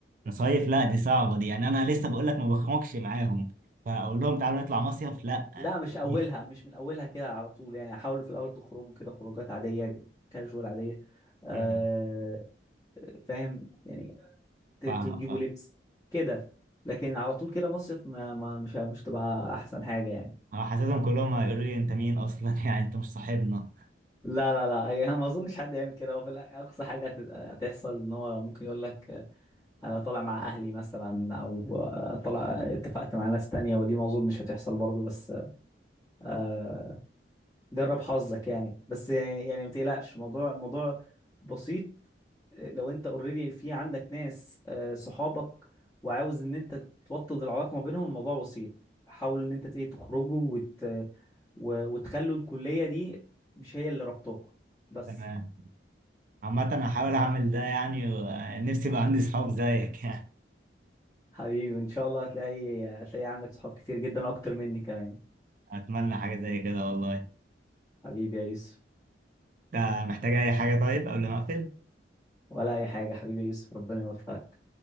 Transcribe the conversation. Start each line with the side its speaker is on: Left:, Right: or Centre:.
Right: نصيف لا دي صعبه دي يعني انا لسه بقول لك ما بخرجش معاهم فاقول لهم تعالوا نطلع مصيف لا
Left: لا مش اولها
Right: <laughs>
Left: مش من اولها كده على طول يعني حاولوا في الاول تخرجوا كده خروجات عاديه كاجوال عاديه آه،
Right: مم.
Left: فاهم يعني ت-
Right: فاهمك
Left: تجيبوا لبس كده لكن على طول كده مصيف ما ما مش مش تبقى احسن حاجه يعني
Right: اه حاسسهم كلهم هيقولوا لي انت مين اصلا <laughs> يعني انت مش صاحبنا
Left: لا لا لا يعني انا <laughs> ما اظنش حد يعمل كده وفي اقصى حاجه هت- هتحصل ان هو ممكن يقول لك انا طالع مع اهلي مثلا او طالع اتفقت مع ناس تانية ودي ما اظنش هتحصل برضه بس آه، جرب حظك يعني بس يعني ما تقلقش موضوع موضوع بسيط لو انت اوريدي في عندك ناس آه، صحابك وعاوز ان انت توطد العلاقه ما بينهم الموضوع بسيط حاول ان انت ايه تخرجوا وت... و... وتخلوا الكليه دي مش هي اللي ربطوكوا بس
Right: تمام عامه انا هحاول اعمل ده يعني و- نفسي يبقى عندي صحاب زيك <laughs> يعني
Left: حبيبي ان شاء الله هتلاقي هتلاقي عندك صحاب كتير جدا اكتر مني كمان
Right: اتمنى حاجه زي كده والله
Left: حبيبي يا يوسف
Right: ده محتاج أي حاجة طيب قبل ما أقفل
Left: ولا اي حاجه حبيبي يا يوسف ربنا يوفقك